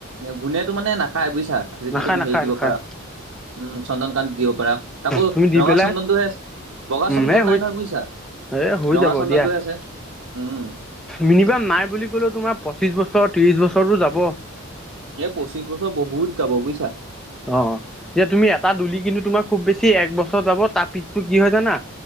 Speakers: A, on the right; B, in the centre.
A: ঘূণেটো মানে নাখায় বুইছা যদি
B: নাখায়
A: তুমি
B: নাখায়
A: হেৰিত দিব
B: নাখায়
A: পাৰা উম চন্দনকাঠ দিব পাৰা। তাকো
B: তুমি দি
A: ৰঙা
B: পেলাই
A: চন্দনটোহে বগা
B: উম,
A: চন্দনটো
B: এ
A: নাই
B: হৈ
A: নহয় বুজিছা।
B: এ হৈ
A: ৰঙা
B: যাব
A: চন্দনটোহে
B: দিয়া।
A: আছে উম।
B: মিনিমাম নাই বুলি ক'লেও তোমাৰ পঁচিশ বছৰ ত্ৰিশ বছৰটো যাব।
A: এইাৰ পঁচিশ বছৰ বহুত যাব বুয়চা।
B: অ' যে তুমি এটা দুলি কিন্তু তোমাৰ খুব বেছি এক বছৰ যাব তাৰ পিছতো কি হয় জানা